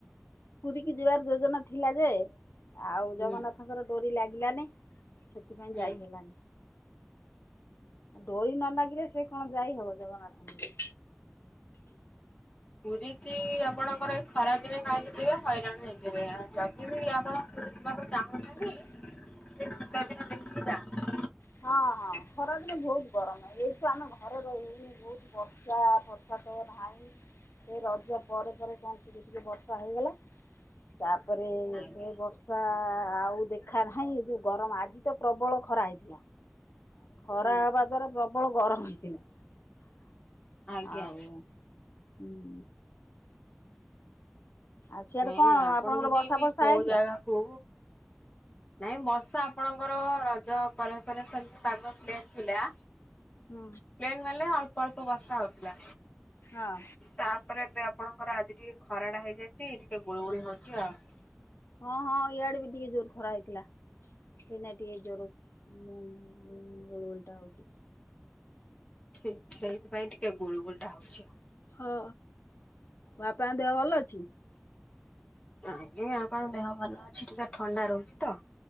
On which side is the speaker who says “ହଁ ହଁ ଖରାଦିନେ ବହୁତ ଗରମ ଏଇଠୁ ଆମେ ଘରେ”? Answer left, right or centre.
Left